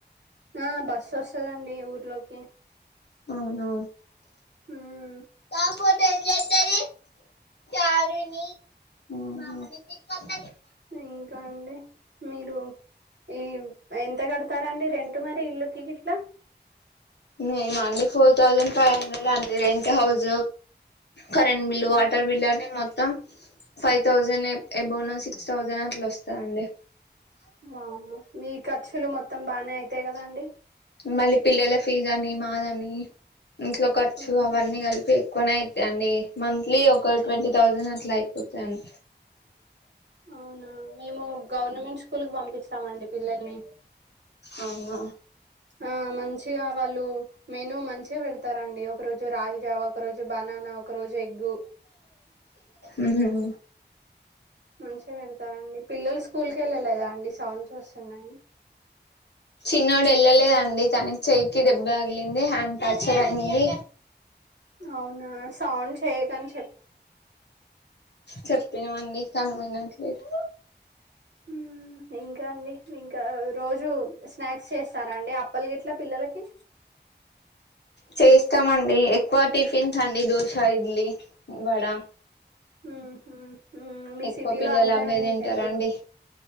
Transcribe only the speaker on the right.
ఆ బస్సు ఓస్తదండి ఊర్లోకి
హుమ్
ఇంకా అండి మీరు ఈ ఎంత కడతారండి రెంటు మరి ఇల్లుకి గిట్లా
ఉమ్
వామో మీ ఖర్చులు మొత్తం బాగానే అయితాయి కదాండి
ఉమ్
అవునా మేము గవర్నమెంట్ స్కూల్ కి పంపిస్తామండి పిల్లల్ని
ఆ మంచిగా వాళ్ళు మెను మంచిగా పెడతారండి ఒక రోజు రాగిజావ ఒక రోజు బనానా ఒక రోజు ఎగ్గు
మంచిగా పెడతారండి పిల్లలు స్కూల్కేళ్ళలేదా అండి సౌండ్స్ వస్తున్నాయి
అవునా సౌండ్ చేయ్కానీ
ఉహ్ ఇంకా అండి ఇంకా రోజు స్నాక్స్ చేస్త స్తారండి అప్పల్ గిట్లా పిల్లలకి
హుంహుహుం మీ
సిటీలో
అంతే
అండి
ఎప్పుడు